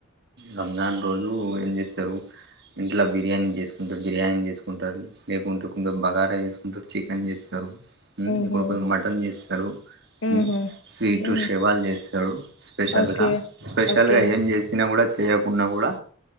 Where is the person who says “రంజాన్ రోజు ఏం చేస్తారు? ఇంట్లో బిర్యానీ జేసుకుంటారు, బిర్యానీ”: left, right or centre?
Right